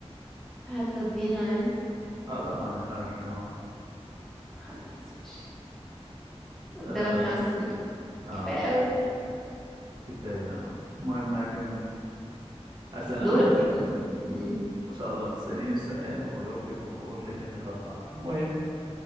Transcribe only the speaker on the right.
اه طبعا احنا رايحين اهو
اه
آه،
كفاية اه المهم أكمل أسأل
أنا
مم. ما شاء الله بتسأليني السؤال وبجاوبك وبقول لك اني غلطان المهم